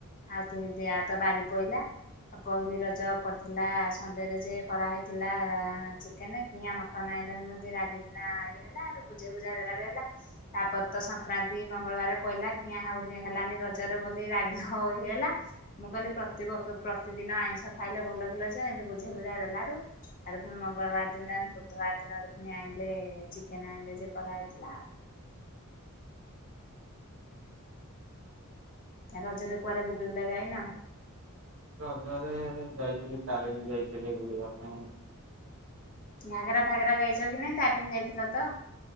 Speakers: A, on the left; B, on the right.
A: ଆଉ ତ ଦି ବାରି ପଇଲା। ତ ପହିଲି ରଜ ପଡିଥିଲା ସଣ୍ଡେ ରେ ଯେ କରାହେଇଥିଲା ଚିକେନ କିଆଁ ମଟନ୍ ଆଇଁଲନି ବୋଲି ରାଗିକିନା ଇଏ ହେଲା ଆ ବୁଝେଇ ବୁଝା ଦେଲାରେ ହେଲା ତାପରେ ତ ସଂକ୍ରାନ୍ତି ମଙ୍ଗଳବାର ପଇଲା କିଆଁ ହଉନି ହେଲାନି ରଜରେ ବୋଲି ରାଗୀ ହଉ ହେଇ ହେଲା ମୁଁ କହିଲି ପ୍ରତି ବ ପ୍ରତିଦିନ ଆଇଁଷ ଖାଇଲେ ଭଲ କିଲଯେ ଏମିତି ବୁଝେଇ ବୁଝା ଦେଲାଠୁ। ଆଡେ ପୁଣି ମଙ୍ଗଳବାର ଦିନ ବୁଧବାର ଦିନ ଆଡୁ ପୁଣି ଆଣିଲେ ଚିକେନ ଆଣିଲେ ଯେ କରାହେ ଥିଲା। ରଜରେ କୁଆଡେ ବୁଲି ବୁଲା ଯାଇନ।
B: ରଜରେ ଯାଇଥିଲି ତାରିଣୀ ଯାଇଥିଲେ ବୁଲିବା ପାଇଁ।
A: ଘାଗରା ଫାଗରା ଯାଇଛ କି ନାଇଁ ତାରିଣୀ ଯାଇଥିଲ ତ।